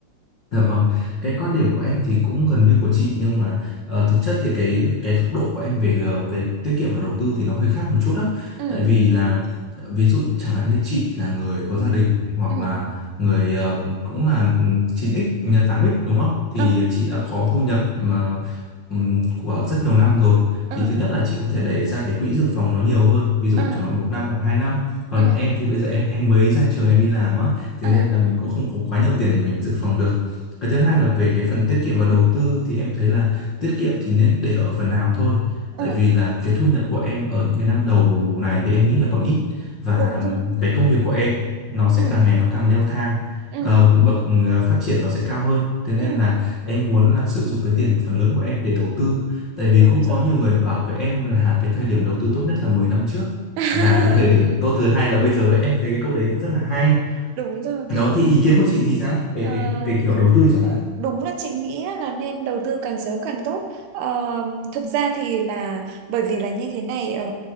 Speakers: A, on the left; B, on the right.
A: Dạ vâng, cái quan điểm của em thì cũng gần như của chị nhưng mà ờ, thực chất thì cái cái góc độ của em về ờ, về tiết kiệm và đầu tư thì nó hơi khác một chút đó.
B: ừ
A: Tại vì là ví dụ chẳng hạn như chị là người có gia đình hoặc
B: ừ
A: là người ờ, cũng là ừm, 9x nhà tám x đúng không? Thì
B: ờ
A: chị đã có thu nhập mà ừm, của rất nhiều năm rồi.
B: ờ
A: Thì thứ nhất là chị có thể để ra cái quỹ dự phòng nó nhiều hơn, ví dụ
B: ờ
A: chẳng hạn một năm hoặc hai năm. Còn
B: ờ
A: em thì bây giờ em em mới ra trường em đi làm á, thế
B: ờ
A: nên là mình cũng không có quá nhiều tiền để mình dự phòng được cái thứ hai
B: đúng
A: là về
B: rồi
A: cái phần tiết kiệm và đầu tư thì em thấy là tiết kiệm thì nên để ở phần nào thôi. Tại
B: ờ
A: vì là cái thu nhập của em ở những cái năm đầu này thì em nghĩ là còn ít và
B: đúng
A: ừm,
B: rồi
A: cái công việc của em nó sẽ
B: ừ
A: càng ngày nó càng leo thang.
B: ừ
A: Ờ, bậc ờ, phát triển nó sẽ cao hơn. Thế nên
B: ừ
A: là em muốn là sử dụng cái tiền phần lớn của em để đầu tư. Tại vì
B: đúng
A: cũng
B: rồi
A: có nhiều người bảo với em là cái thời điểm đầu tư tốt nhất là 10 năm trước
B: <laughs>
A: và cái thời điểm tốt thứ hai là bây giờ ấy. Em thấy cái câu đấy rất là hay.
B: đúng rồi
A: Đó thì ý kiến của chị thì sao? Về
B: Ờ,
A: cái về kiểu đầu tư chẳng hạn.
B: Đúng là chị nghĩ á, là nên đầu tư càng sớm càng tốt. Ờ, thực ra thì là bởi vì là như thế này ờ,